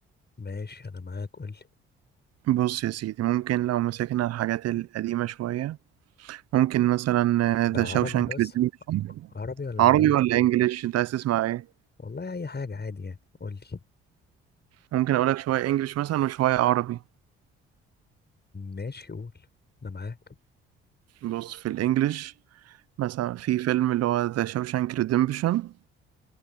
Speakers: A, on the left (about 35°); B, on the right (about 55°).
A: ماشي انا معاك قول لي
B: بص يا سيدي ممكن لو مسكنا الحاجات القديمة شوية ممكن مثلا
A: ده
B: ذا
A: عربي
B: شاوشانك
A: بس
B: ريديمشن
A: عربي ولا
B: عربي
A: اجنبي
B: ولا إنجليش أنت عايز تسمع إيه؟
A: والله اي حاجه عادي يعني قول لي
B: ممكن أقول لك شوية إنجليش مثلا وشوية عربي
A: ماشي قول انا معاك
B: بص في الإنجليش مثلا في فيلم اللي هو ذا شاوشانك ريديمشن